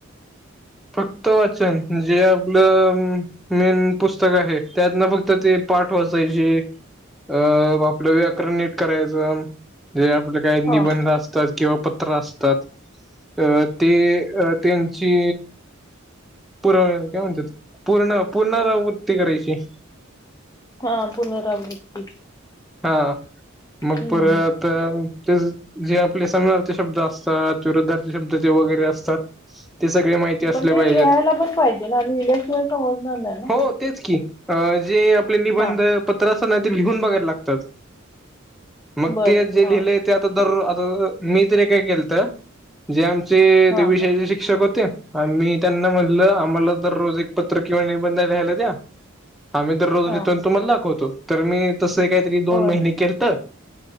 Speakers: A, in the centre; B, on the left.
A: फक्त वाचन जे आपलं मेन पुस्तक आहे त्यातनं फक्त ते पाठ वाचायची. अ आपलं व्याकरण नीट करायचं. जे आपलं काय निबंध
B: हा
A: असतात किंवा पत्र असतात अ ते अ त्यांची पूर काय म्हणत्यात पूर्ण पुर्णरावृत्ती करायची.
B: हा पुनरावृत्ती.
A: हा मग
B: हम्म
A: परत
B: हम्म.
A: ते जे आपले समानार्थी शब्द असतात विरुद्धार्थी शब्द जे वगैरे असता ते सगळे माहिती असले
B: पण ते
A: पाहिजेत
B: लिहायला पण पाहिजे ना लिहिल्याशिवाय समजणार नाही ना
A: हो तेच की. अ जे आपले निबंध
B: हा
A: पत्र असतात ना ते लिहून बघायला लागतात. मग
B: बर
A: ते जे
B: हा
A: लिहिलंय ते आता दर आता मी तरी काय केलंत जे आमचे
B: हा
A: ते विषयाचे शिक्षक होते. मी त्यांना म्हणलं आम्हाला तर रोज एक पत्र किंवा निबंध लिहायला द्या. आम्ही दररोज
B: हा
A: लिहितो आणि तुम्हाला दाखवतो तर मी तसही कायतरी
B: होय
A: दोन महिने केलंत.